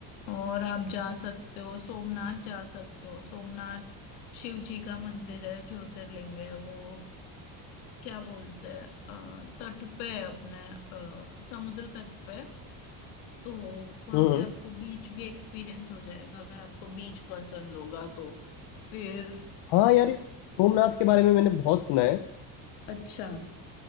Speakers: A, on the left (about 85°); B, on the left (about 70°).
A: और आप जा सकते हो सोमनाथ जा सकते हो सोमनाथ शिव जी का मंदिर है ज्योतिर्लिंग है वो क्या बोलते हैं अ, तट पे है अपने अ, समुद्र तट पे तो वहां
B: हम्म
A: पे आपको बीच भी एक्सपीरियंस हो जाएगा अगर आपको बीच पसंद होगा तो फिर
B: हाँ यार ये सोमनाथ के बारे में मैंने बहुत सुना है
A: अच्छा